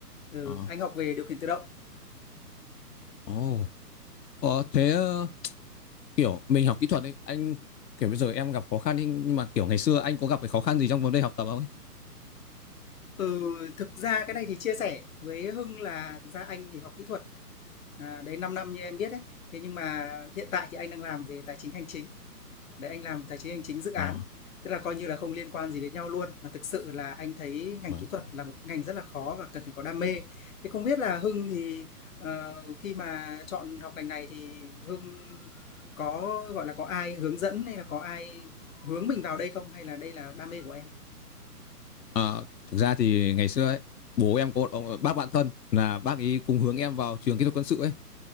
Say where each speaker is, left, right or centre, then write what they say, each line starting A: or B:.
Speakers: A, on the left; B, on the left.
A: Ừ,
B: Ờ,
A: anh học về điều khiển tự động.
B: ồ, ờ, thế ờ, kiểu mình học kỹ thuật ấy, anh kiểu bây giờ em gặp khó khăn ấy, nhưng mà kiểu ngày xưa anh có gặp cái khó khăn gì trong vấn đề học tập không ấy?
A: Ừ, thực ra cái này thì chia sẻ với Hưng là thực ra anh thì học kỹ thuật, à, đấy 5 năm như em biết đấy. Thế nhưng mà hiện tại thì anh đang làm về tài chính hành chính. Đấy, anh làm tài chính hành chính dự án,
B: Ờ,
A: tức là coi như là không liên quan gì đến nhau luôn, mà thực sự là anh thấy ngành
B: vâng.
A: kỹ thuật là một ngành rất là khó và cần phải có đam mê. Thế không biết là Hưng thì, ờ, khi mà chọn học ngành này thì Hưng có, gọi là, có ai hướng dẫn hay là có ai hướng mình vào đây không? Hay là đây là đam mê của em?
B: Ờ, thực ra thì ngày xưa ấy, bố em có một ông bác bạn thân là bác ấy cùng hướng em vào trường kỹ thuật quân sự ấy